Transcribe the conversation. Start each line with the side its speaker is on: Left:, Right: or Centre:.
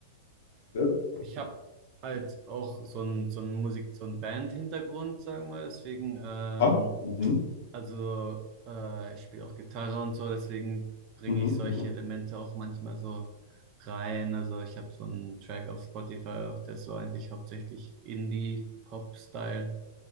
Left: Ja, ja, ja.
Right: ich habe halt auch so ein so ein Musik, so ein Band-Hintergrund, sagen wir mal. Deswegen, ähm,
Left: Ah, mhm.
Right: also äh, ich spiele auch Gitarre und so, deswegen bringe
Left: Mhm.
Right: ich solche
Left: Mhm.
Right: Elemente auch manchmal so rein. Also ich habe so einen Track auf Spotify, auch der ist so eigentlich hauptsächlich Indie-Pop-Style.